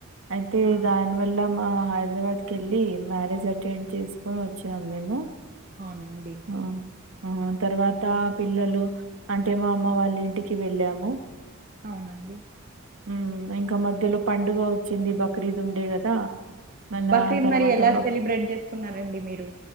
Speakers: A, on the right; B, on the right.
A: అయితే
B: ఆ
A: దాని వల్ల మా హైదరాబాద్ కే మ్యారేజ్ అటెండ్ చేసుకొని వచ్చాం మేము
B: అవునండి
A: ఆ ఆ తర్వాత పిల్లలు అంటే మా అమ్మ వాళ్ళ ఇంటికి వెళ్ళాము
B: అవునండి
A: ఉమ్, ఇంకా మధ్యలో పండుగ వచ్చింది బక్రీద్ ఉండే కదా మళ్ళా
B: బక్రీద్
A: తర్వాత
B: మరి ఎలా
A: బ
B: సెలబ్రేట్ చేసుకున్నారండి మీరు